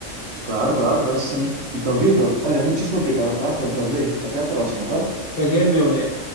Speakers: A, on the right; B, on the left.
A: Claro, claro, pode sim. Então, Vitor, olha, muitíssimo obrigado, tá? Foi um prazer. Até a próxima, tá?
B: Prazer, é meu, velho.